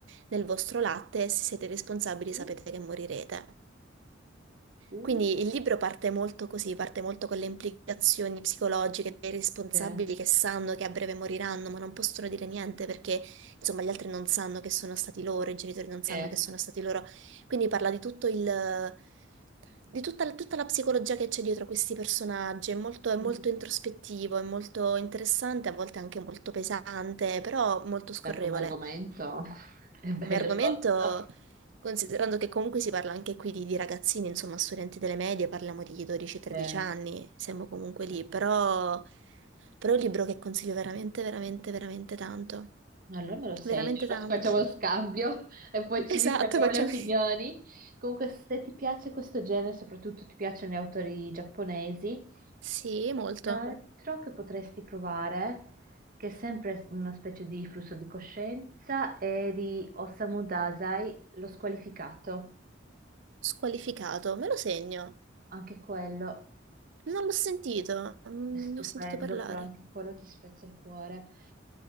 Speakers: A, on the right; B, on the right.
A: nel vostro latte, e se siete responsabili sapete
B: Uh,
A: che morirete.
B: uh,
A: Quindi il libro parte molto così, parte molto con le implicazioni psicologiche dei responsabili
B: sì,
A: che sanno che a breve moriranno, ma non possono dire niente perché, insomma, gli altri non sanno che sono stati loro, i genitori non sanno
B: sì.
A: che sono stati loro. Quindi parla di tutto il, di tutta, tutta la psicologia che c'è dietro questi personaggi. È molto, è
B: Mm.
A: molto introspettivo, è molto interessante, a volte anche molto pesante, però molto scorrevole.
B: Beh, come argomento <laughs> è bello
A: Come argomento.
B: tosto.
A: Considerando che comunque si parla anche qui di, di ragazzini, insomma, studenti delle medie, parliamo di 12-13
B: Eh,
A: anni, siamo comunque lì,
B: eh.
A: però, però è un libro che consiglio veramente, veramente, veramente tanto.
B: Allora me lo segno,
A: Veramente
B: allora
A: tanto.
B: ci facciamo lo scambio <laughs> e poi ci
A: Esatto,
B: scambiamo
A: facciamo...
B: le opinioni.
A: <laughs>
B: Comunque, se ti piace questo genere, soprattutto ti piacciono gli autori giapponesi,
A: Sì, molto.
B: un altro che potresti provare, che è sempre una specie di flusso di coscienza, è di Osamu Dazai, Lo squalificato.
A: Squalificato, me lo segno.
B: Anche quello
A: Non l'ho sentito, non
B: È stupendo,
A: ne ho sentito parlare.
B: però anche quello ti spezza il cuore.